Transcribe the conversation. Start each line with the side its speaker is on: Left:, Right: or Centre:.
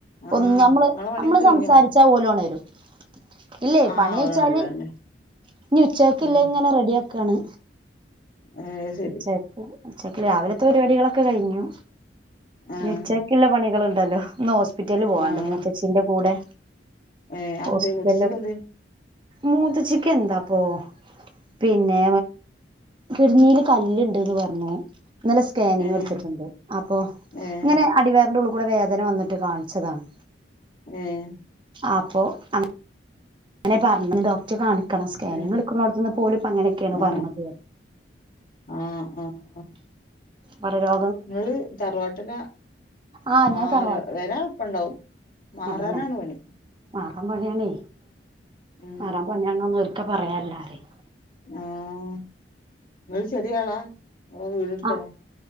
Left: ആഹ്
Right: ഒന്ന് നമ്മള്
Left: ഇങ്ങളെ പണിയൊക്കെ
Right: നമ്മള്
Left: കഴിഞ്ഞോ
Right: സംസാരിച്ചാ ഓലൊണരും ഇല്ലേ
Left: ആഹ്
Right: പണി കഴിച്ചാല്
Left: ഓലെ കൊണ്ടരാന്
Right: ഇനി ഉച്ചക്കില്ലേ
Left: ഉം
Right: ഇങ്ങനെ റെഡി ആക്കാണ്
Left: ഏഹ് ശരി
Right: ഉച്ചക്ക് ഉച്ചക്ക് രാവിലത്തെ പരിപാടികളൊക്കെ കഴിഞ്ഞു
Left: ആഹ്
Right: ഉച്ചക്കുള്ള പണികളുണ്ടല്ലോ ഇന്ന് ഹോസ്പിറ്റലിൽ പോവാണ്ട്
Left: ആഹ്
Right: മൂത്തേച്ചിന്റെ കൂടെ
Left: ഏഹ് അതെന്തേ
Right: ഹോസ്പിറ്റലിലും
Left: മുത്തശ്ശിക്കെന്തേ
Right: മൂത്തേച്ചിക്കെന്താപ്പോ പിന്നെ കിഡ്‌നീല് കല്ലുണ്ട് ന്ന് പറഞ്ഞു ഇന്നലെ സ്കാനിങ്
Left: ഏഹ്
Right: എടുത്തിട്ടുണ്ട് അപ്പോ
Left: ഏഹ്
Right: ഇങ്ങനെ അടിവയറിന്റുള്ളു കൂടെ വേദന വന്നിട്ട് കാണിച്ചതാണ്
Left: ഏഹ്
Right: ആപ്പൊ അഹ് ങ്ങനെ പറഞ്ഞന്ന് ഡോക്ടറെ കാണിക്കണം സ്കാനിങ്
Left: ഏഹ്
Right: എടുക്കണോടത്തുന്ന് ഇപ്പ ഓലിപ്പോ അങ്ങനെയൊക്കെയാണ്
Left: ആഹ്
Right: പറഞ്ഞത്
Left: ആഹ് ആഹ്
Right: പല രോ
Left: നിങ്ങള് തറവാട്ടിലാ
Right: ആഹ് ഞാൻ
Left: ആര്
Right: തറവാട്
Left: വരാ ഇപ്പ ണ്ടാവും മാറാനാണ്
Right: അതന്നെ
Left: പണി
Right: മാറാൻ പണിയാണേ
Left: ഉം
Right: മാറാൻ പണിയാണെന്ന് ഒര്ക്കെ പറയല്ലാറേയും
Left: ആഹ് നിങ്ങൾ ചെറിയാളാ ഓ വീടെടുക്കണം
Right: ആ